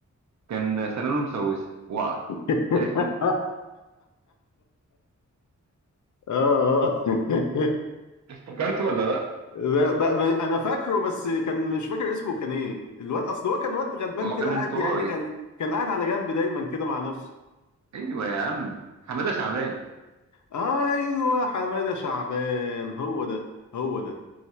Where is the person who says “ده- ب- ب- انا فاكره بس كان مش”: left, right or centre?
Left